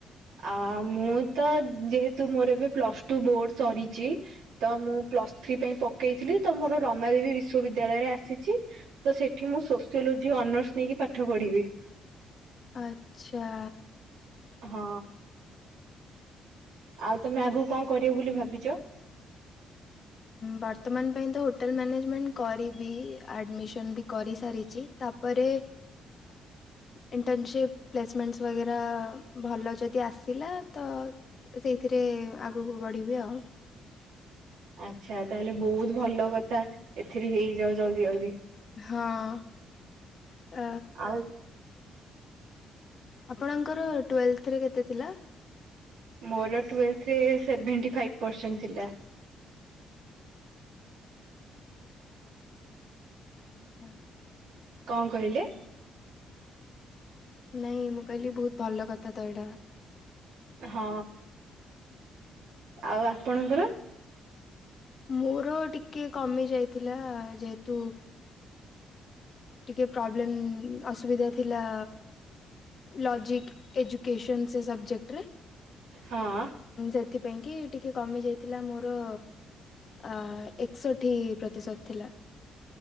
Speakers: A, on the right; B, on the left.
A: ଆ ମୁଁ ତ ଯେହେତୁ ମୋର ଏବେ ପ୍ଲସ ଟୁ ବୋର୍ଡ ସରିଛି। ତ ମୁଁ ପ୍ଲସ୍ ଥ୍ରୀ ପାଇଁ ପକେଇଥିଲି ତ ମୋର ରମାଦେବୀ ବିଶ୍ୱ ବିଦ୍ୟାଳୟରେ ଆସିଛି। ତ ସେଠି ମୁଁ ସୋସିଓଲୋଜି ଅନର୍ସ ନେଇକି ପାଠ ପଢ଼ିବି।
B: ଆଚ୍ଛା।
A: ହଁ ଆଉ ତମେ ଆଗକୁ କଣ କରିବ ବୋଲି ଭାବିଛ।
B: ବର୍ତ୍ତମାନ ପାଇଁ ତ ହୋଟେଲ୍ ମ୍ୟାନେଜମେଣ୍ଟ କରିବି ଆଡ଼ମିସନ୍ ବି କରିସାରିଛି। ତାପରେ। ଇଣ୍ଟର୍ନସିପ୍ ପ୍ଲେସମେଣ୍ଟସ୍ ବଗେରା ଭଲ ଯଦି ଆସିଲା ତ। ସେଇଥିରେ ଆଗକୁ ବଢ଼ିବି ଆଉ।
A: ଆଚ୍ଛା ତାହେଲେ ବହୁତ ଭଲ କଥା ଏଥିରେ ହେଇଯାଉ ଜଲ୍ଦି ଜଲଦି।
B: ହଁ ଆ।
A: ଆଉ
B: ଆପଣଙ୍କର ଟୁଏଲ୍ଥରେ କେତେ ଥିଲା।
A: ମୋର ଟଲରେ ସେଭେଣ୍ଟି ଫାଇପ ପରସେଣ୍ଟ ଥିଲା।
B: ହୁଁ।
A: କଣ କହିଲେ।
B: ନାଇଁ ମୁଁ କହିଲି ବହୁତ ଭଲ କଥା ତ ଏଇଟା।
A: ହଁ ଆଉ ଆପଣଙ୍କର।
B: ମୋର ଟିକେ କମି ଯାଇଥିଲା ଯେହେତୁ। ଟିକେ ପ୍ରୋବ୍ଲେମ୍ ଅସୁବିଧା ଥିଲା। ଲଜିକ ଏଜୁକସନ ସେ ସବଜେକ୍ଟରେ
A: ହଁ
B: ସେଥିପାଇଁ କି ଟିକେ କମି ଯାଇଥିଲା ମୋର। ଅ ଏକଷଠି ପ୍ରତିଶତ ଥିଲା।